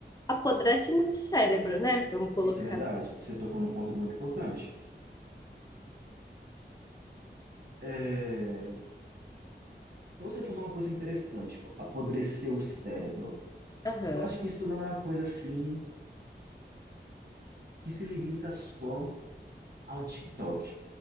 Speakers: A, on the left; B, on the right.
A: apodrece muito o cérebro, né? Vamos colocar.
B: Isso é verdade. Você tocou num ponto muito importante. É, Você falou uma coisa interessante, tipo, apodrecer o cérebro.
A: Aham.
B: Eu acho que isso não é uma coisa assim que se limita só ao TikTok.